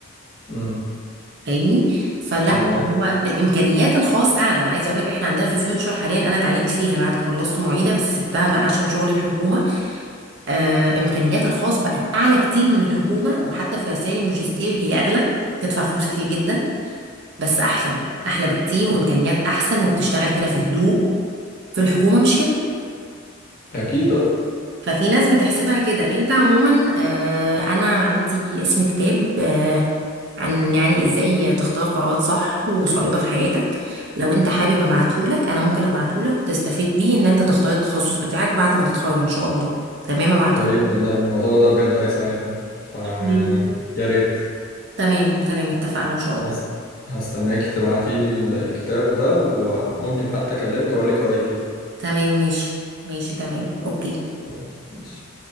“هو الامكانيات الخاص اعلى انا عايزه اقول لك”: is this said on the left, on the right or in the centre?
Right